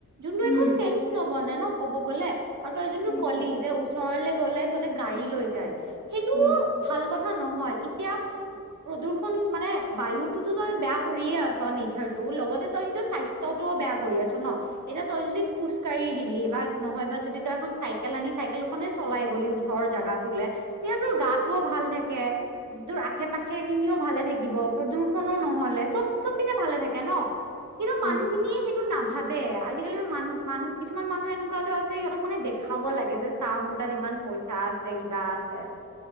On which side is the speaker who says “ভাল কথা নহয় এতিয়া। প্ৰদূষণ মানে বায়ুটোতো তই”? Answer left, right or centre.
Right